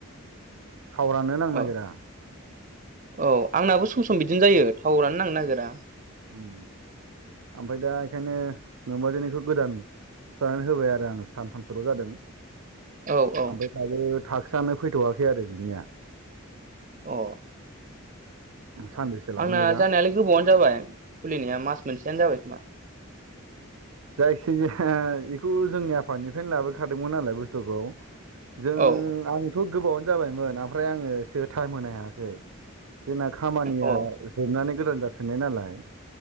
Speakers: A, on the right (about 85°); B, on the right (about 35°).
A: टावारानो नांनो
B: औ
A: नागिरा
B: औ आंनाबो सम-सम बिदिनो जायो थावरानो नांनो नागिरा
A: उम ओमफ्राय दा बेखायनो नोमबाजैनिखौ गोदान सोनानै होबाय आरो आं सानथामसोल' जादों
B: औ औ
A: ओमफ्राय दायो थाखसआानो फैथ'वाखै आरो बिनिया
B: अ
A: सानबेसे लागोन
B: आंना
A: एबा
B: जानायालाय गोबावनो जाबाय खुलिनाया मास मोनसेयानो जाबाय खोमा
A: जायखिजाया बेखौ जोंनि आफा निफ्रायनो लाबोखादोंमोन नालाय बुस्थुखौ जों
B: औ
A: आंथ' गोबावानो जाबायमोन ओमफ्राय आङोसो टाइम होनो हायाखै जोंना खामानिया
B: अ
A: जोबनानै गोदान जाफिननाय नालाय